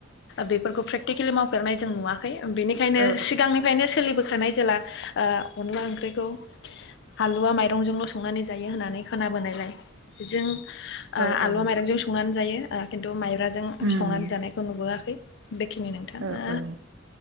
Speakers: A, on the left (about 60°); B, on the right (about 65°).
A: बेफोरखौ प्रेक प्रेक्टिकेलि मावफेरनाय जों नुवाखै बेनिखायनो
B: औ
A: सिगांनिफ्रायनो सोलिबोखानाय जेला ओ अनला ओंख्रिखौ आलुवा माइरंजोंल संनानै जा जायो होननानै खोनाबोनायलाय जों आ
B: औ
A: आलुवा
B: औ
A: माइरंजों संनानै जायो खिन्थु माइबाजों
B: उम
A: संनानै जानायखौ नुबोआखै बेखिनि नोंथाङा
B: औ औ